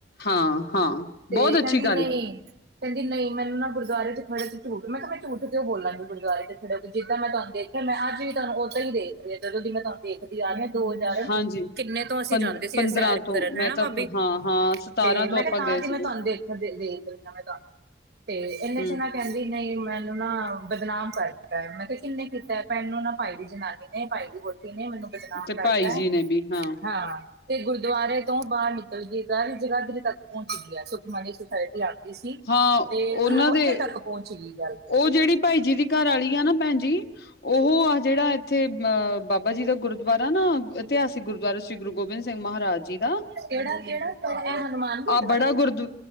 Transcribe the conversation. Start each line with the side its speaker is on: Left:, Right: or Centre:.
Left: ਹਾਂ ਹਾਂ
Right: ਤੇ
Left: ਬਹੁਤ ਅੱਛੀ
Right: ਕੇਨਦੀ
Left: ਗੱਲ
Right: ਨਹੀਂ। ਕਹਿੰਦੀ ਨਹੀ ਮੈਨੂੰ ਨਾ ਗੁਰਦੁਆਰੇ ਚ ਖੜੇ ਚ ਝੂਠ, ਮੈ ਕਿਆ ਝੂਠ ਉਹ ਬੋਾਂਗੀ ਗੁਰਦਆਰੇ ਚ ਖੜੇ ਜਿੱਦਾਂ ਮੈਂ ਤੁਹਾਨੂੰ ਦ ਫ ਮੈਂ ਅੱਜ ਵੀ ਤੁਹਾਨੂੰ ਓਦਾਂ ਹੀ ਦੇਖ ਰਹੀ ਹਾਂ ਜਦੋਂ ਦੀ ਮੈਂ ਤੁਹਾਨੂੰ ਦੇਖਦੀ ਆ ਰਹੀ ਹਾਂ ਦੋ-ਹਜ਼ਾਰ
Left: ਹਾਂਜੀ
Right: ਕਿੰਨੇ ਤੋਂ ਅਸੀਂ
Left: ਪੰ
Right: ਜਾਂਦੇ ਸੀਗੇ
Left: ਪੰਦਰਾਂ
Right: ਸੈਰ
Left: ਤੋਂ
Right: ਕਰਨ
Left: ਮੈਂ
Right: ਹਨਾ
Left: ਤਾਂ
Right: ਬਾਬੀ,
Left: ਹਾਂ ਹਾਂ ਸਤਾਰਾਂ
Right: ਤੇ
Left: ਤੋਂ
Right: ਮੈਂ
Left: ਆਪਾਂ
Right: ਕਿਹਾ
Left: ਗਏ ਸੀਗੇ
Right: ਤ ਮੈਂ ਤੁਹਾਨੂੰ ਦੇਖਣ ਦੇ, <inaudible> ਤੇ ਇਹਨਾਂ
Left: ਹਮ
Right: ਚ ਨਾ ਕਹਿੰਦੀ ਨਹੀਂ ਮੈਨੂੰ ਨਾ ਬਦਨਾਮ ਕਰਤਾ, ਮੈਂ ਕਿਹਾ ਕਿੰਨੇ ਕੀਤਾ? ਪਾਨੂੰ ਨਾ ਪਾਈ ਦੀ ਜਨਾਨੀ ਨੇ ਪਾਈ ਦੀ ਵੋ ਕਿਨੇ ਮੈਨੂੰ ਬਦਨਾਮ
Left: ਤੇ
Right: ਕਰਤਾ ਏ।
Left: <unintelligible>
Right: ਹਾਂ, ਤੇ ਗੁਰਦੁਆਰੇ ਤੋਂ ਬਾਹਰ ਨਿਕਲਦੀ ਤਾਂ ਜਗਾਧਰੀ ਤੱਕ ਪਹੁੰਚਦੀਗੀ ਹੈ ਸੁਖਮਨੀ ਸੁਸਾਇ ਆ ਗਈ ਸੀ,
Left: ਹਾਂ ਉਹਨਾਂ
Right: ਤੇ ਉੱਥੇ
Left: ਦੇ
Right: ਤੱਕ ਪਹੁੰਚ ਗਈ ਗੱਲ।
Left: ਉਹ ਜਿਹੜੀ ਭਾਈ ਜੀ ਦੀ ਘਰ ਵਾਲੀ ਆ ਨਾ ਭੈਣ ਜੀ? ਉਹ ਆਹ ਜਿਹੜਾ ਇੱਥੇ ਅਹ ਬਾਬਾ ਜੀ ਦਾ ਗੁਰਦੁਆਰਾ ਨਾ ਇਤਿਹਾਸ ਗੁਰਦੁਆਰਾ ਸ਼੍ਰੀ ਗੁਰੂ ਗੋਬਿੰਦ ਸਿੰਘ ਮਹਾਰਾਜ ਜੀ ਦਾ,
Right: ਕਿਹੜਾ ਕਿਹੜਾ ਕਿਹੜਾ ਇਹ ਹਨੂੰਮਾਨ ਗੇਟ
Left: ਆਹ ਬੜਾ
Right: ਵਾਲਾ
Left: ਗੁਰਦ